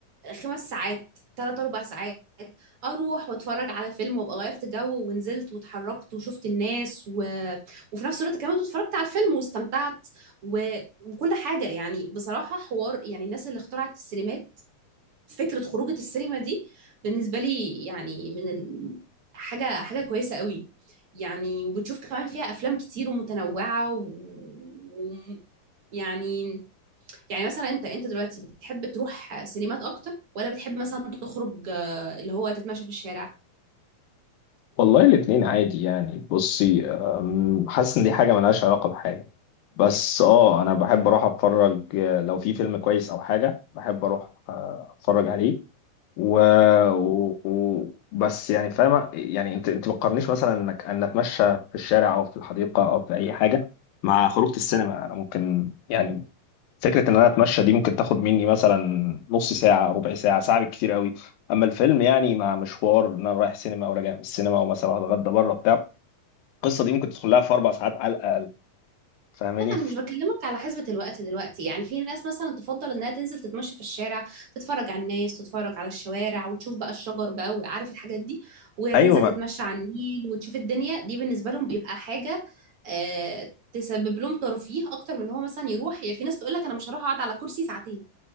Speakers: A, on the right; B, on the left.
A: خمس ساعات ثلاث اربع ساعات اروح واتفرج على فيلم وابقى غيرت جو ونزلت واتحركت وشفت الناس و... وفي نفس الوقت كمان اتفرجت على الفيلم واستمتعت و... وكل حاجه يعني بصراحه حوار يعني الناس اللي اخترعت السينمات فكرة خروجة السينما دي بالنسبة لي يعني من ال- حاجة حاجة كويسة قوي يعني وبتشوف كمان فيها أفلام كتير ومتنوعة و... و... يعني يعني مثلا انت انت دلوقتي بتحب تروح سينمات اكتر ولا بتحب مثلا تخرج آه، اللي هو تتمشى في الشارع
B: والله الاتنين عادي يعني بصي آم، حاسس ان دي حاجة ملهاش علاقة بحاجة بس اه انا بحب اروح اتفرج آه، لو في فيلم كويس او حاجة بحب اروح آه، اتفرج عليه و... و... و... بس يعني فاهمة يعني انت انت ما تقارنيش مثلا انك ان اتمشى في الشارع او في الحديقة او في اي حاجة مع خروجة السينما انا ممكن يعني فكرة ان انا اتمشى دي ممكن تاخد مني مثلا نص ساعة ربع ساعة ساعة بالكتير قوي اما الفيلم يعني مع مشوار ان انا رايح سينما وراجع من السينما ومثلا هتغدى بره بتاع القصة دي ممكن تدخل لها في اربع ساعات على الاقل فاهماني
A: لا انا مش بكلمك على حسبة الوقت دلوقتي يعني في ناس مثلا تفضل انها تنزل تتمشى في الشارع تتفرج على الناس تتفرج على الشوارع وتشوف بقى الشجر بقى وعارف الحاجات دي وهي
B: ايوه
A: تنزل تتمشى على النيل وتشوف الدنيا دي بالنسبة لهم بيبقى حاجة آه تسبب لهم ترفيه اكتر من هو مثلا يروح يعني في ناس تقول لك انا مش هروح اقعد على كرسي ساعتين